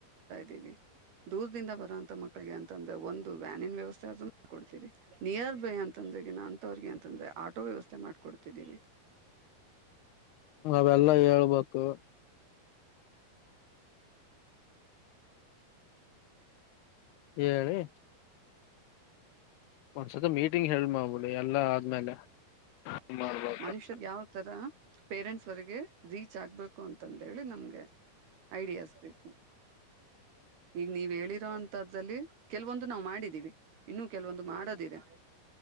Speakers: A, on the right; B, on the left.
A: ದಿವಿ ದೂರ್ದಿಂದ ಬರೊಂ ತ ಮಕ್ಳಿಗೆ ಅಂತಂದ್ರೆ ಒಂದು ವ್ಯಾನಿನ್ ವ್ಯವಸ್ಥೆ ಅಂತು ಕೊಡ್ತವಿ ನಿಯರ್ ಅಂತಂದ್ರೆಗಿನ ಅಂತವ್ರಿಗೆ ಅಂತಂದ್ರೆ ಆಟೋ ವ್ಯವಸ್ಥೆ ಮಾಡ್ಕೊಡ್ತಿದ್ದೀನಿ.
B: ಅವೆಲ್ಲಾ ಹೇಳ್ಬೇಕು. ಹೇಳಿ ಒಂದ್ಸತಿ ಮೀಟಿಂಗ್ ಹೇಲ್ಡ್ ಮಾಡ್ಬಿಡಿ ಎಲ್ಲಾ ಆದ್ಮೇಲೆ. ಮಾಡ್ಬ
A: ಮನುಷ್ಯ ಯಾವ್ ತರ ಪೇರೆಂಟ್ಸ್ವರೆಗೆ ರೀಚ್ ಆಗ್ಬೇಕು ಅಂತಂತ ಹೇಳಿ ನಮ್ಗೆ. ಐಡಿಯಾಸ್ ಬೇಕು. ಈಗ ನೀವ್ ಹೇಳಿರೋಂತದ್ರಲ್ಲಿ ಕೆಲ್ವೊಂದು ನಾವ್ ಮಾಡಿದೀವಿ ಇನ್ನು ಕೆಲ್ವೊಂದು ಮಾಡದಿದೆ.